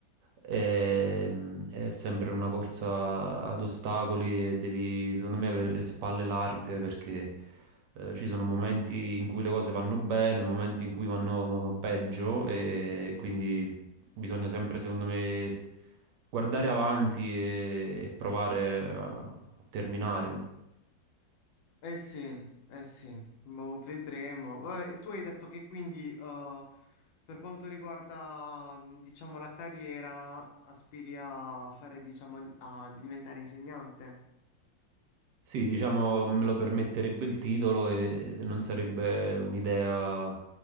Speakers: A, on the right; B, on the left.
A: Ehm, è sempre una corsa ad ostacoli e devi, secondo me, avere le spalle larghe perché eh, ci sono momenti in cui le cose vanno bene, momenti in cui vanno peggio e quindi Bisogna sempre, secondo me, guardare avanti e, e provare a, a terminare.
B: Eh sì, eh sì, boh, vedremo. Vabbè, e tu hai detto che quindi, eh, per quanto riguarda, mh, diciamo, la carriera, aspiri a fare, diciamo, a diventare insegnante?
A: Sì, diciamo, me lo permetterebbe il titolo e, e non sarebbe un'idea